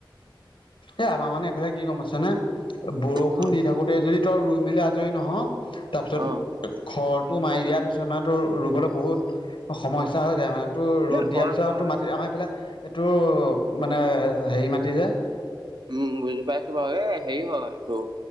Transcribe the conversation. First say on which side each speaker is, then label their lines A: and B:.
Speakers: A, on the left; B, on the right.
A: এ আমাৰ মানে এফালে কি গম পাইছনে বৰষুণ
B: অ'
A: দি থাকোত- তে যদি তই ৰুই মেলি আজৰি নহ তাপিছত
B: অ'
A: খৰটো মাৰি দিয়াৰ পিছত মানে তোৰ ৰুবলৈ বহুত সমস্যা হৈ যায় মানে। তোৰ ৰ'দ
B: এ
A: দিয়াৰ
B: হয়
A: পিছত
B: হয়
A: টো মাটি আমাৰ এইফালে তোৰ মানে হেৰি মাটি যে
B: উম বুজি পাইছো বাৰু এ হেৰি হয় তোৰ